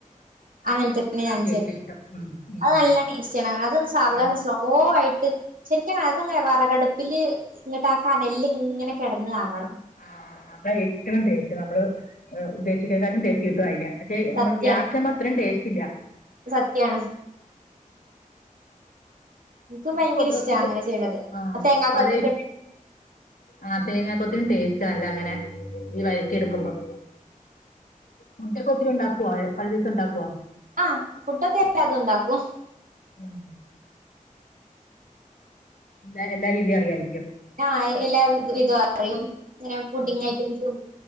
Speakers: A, on the right; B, on the left.
A: അങ്ങനെ തന്നെ ഞാൻ
B: ഏറ്റവും ഇഷ്ടം ഉം ഉം
A: അത് നല്ല ടേസ്റ്റാണ്നെ അത് സാവധാനം
B: അത
A: സ്ലോ ശരിക്ക അതങ്ങനെ വിറകടുപ്പില് ഇങ്ങട്ട ആ കനല് ഇങ്ങനെ കിടന്നതകണം
B: ആ അതാ ഏറ്റവും ടേസ്റ്റ് നമ്മള് ഉദ്ദേശിക്കേകാട്ടിലും ടേസ്റ്റ് കിട്ടും അതിന് പക്ഷെ നമ്മൾ
A: സത്യാണ്
B: ഗ്യാസിലകുമ്പോ അത്രയും ടേസ്റ്റ് ഇല്ല
A: സത്യാണ് എനിക്കും
B: മുട്ട
A: ഭയങ്കര
B: കൊത്തിട്ട്
A: ഇഷ്ടാ അങ്ങനെ ചെയ്യണത്
B: ആ
A: തേങ്ങാക്കൊത്തൊക്കെ
B: പല
A: ഇട്ടിട്ട്
B: ആ തേങ്ങ അപ്പത്തിനും ടേസ്റ്റ്ണല്ല അങ്ങനെ ഈ വഴറ്റി എടുക്കുമ്പോൾ മുട്ടയൊക്കെ ഒത്തിരി ഉണ്ടാക്കുവോ പല ദിവസം ഉണ്ടാക്കവോ
A: ആഹ ഫുഡൊക്കെ അല്ലതെ ഉണ്ടാക്കും
B: ഉം എല്ലാ എല്ലാ രീതിയും അറിയായിരിക്കും
A: ആഹ എല്ലാ ഇത അറിയും ഇങ്ങനെ പുഡിങ്
B: ഉം
A: ഐറ്റംസും